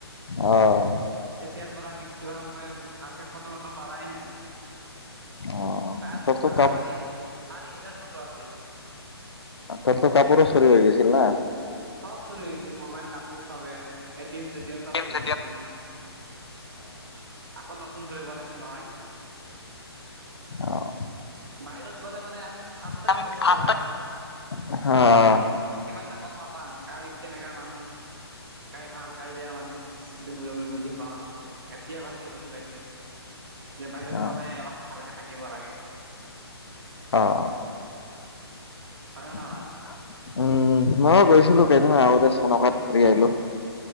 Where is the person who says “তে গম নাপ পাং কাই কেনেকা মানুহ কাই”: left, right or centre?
Right